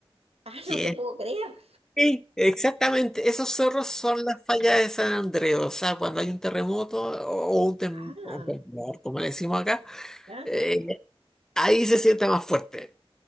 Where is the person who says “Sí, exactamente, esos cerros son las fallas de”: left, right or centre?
Centre